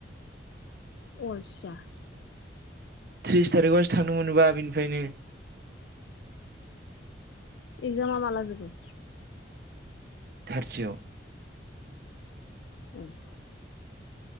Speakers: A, on the left; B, on the right.
A: अलसिया
B: त्रिस थारिखआवसो थांनो मोनोबा बिनिफ्रायनो
A: एक्जामा माला जोबगोन?
B: थारतियाव
A: उम